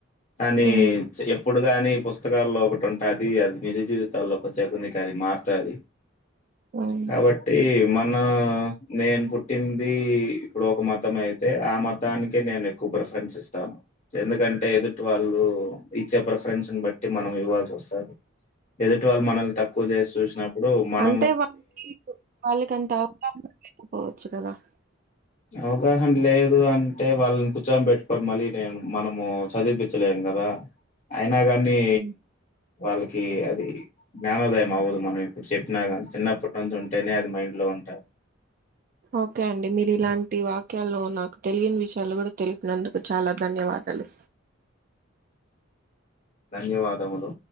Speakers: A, on the left; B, on the right.
A: కానీ
B: ఉమ్
A: ఎప్పుడు ఇప్పుడు గాని పుస్తకాల్లో ఒకటి ఉంటుది అది నిజ జీవితాల్లోకి వచ్చే <unintelligible> అది మారుతుది
B: ఉమ్
A: కాబట్టి మ మన నేను పుట్టింది ఇప్పుడు ఒక మతం అయితే ఆ మతానికే నేను ఎక్కువ ప్రిఫరెన్స్ ఇస్తాను ఎందుకంటే ఎదుటి వాళ్ళు ఇచ్చే ప్రిఫరెన్స్ బట్టి మనం ఇవ్వాల్సి వస్తుంది ఎదు <unintelligible> వాళ్ళ మనల్ తకువ చేసి చూసినప్పుడు మన
B: <unintelligible>
A: అవగాహన లేదు అంటే వాళ్ళని కూర్చోని పెట్టుకోని మళ్ళీ నేను మనము చదివిపించలేను కదా అయినా గాని
B: ఉమ్.
A: వాళ్ళకి అది జ్ఞానోదయం అవ్వదు మనం ఇప్పుడు చెప్పినా కానీ చిన్నప్పటి నుంచి ఉంటేనే అది మైండ్ లో ఉంటంది
B: ఓకే అండి మీరు ఇలాంటి వాక్యలు నాకు తెలియని విషయాలు కూడా తెలిపినందుకు చాలా ధన్యవాదాలు
A: ధన్యవాదములు